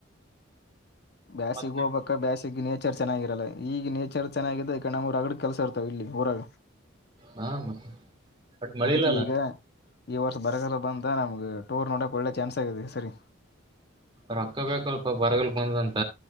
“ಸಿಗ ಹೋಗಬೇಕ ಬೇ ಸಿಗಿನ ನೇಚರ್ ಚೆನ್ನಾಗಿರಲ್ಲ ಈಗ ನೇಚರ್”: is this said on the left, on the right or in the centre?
Left